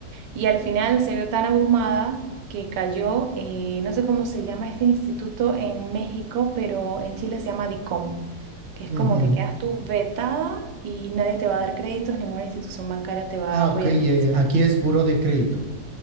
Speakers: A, on the right; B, on the right.
A: Y al final se vio tan abrumada que cayó, eh, no sé cómo se llama este instituto en México, pero en Chile se llama DICOM, que es
B: Ujú.
A: como que quedas tú vetada y nadie te va a dar créditos, ninguna institución bancaria te va
B: Ah,
A: a apoyar
B: ok, eh,
A: financieramente.
B: aquí es buró de crédito.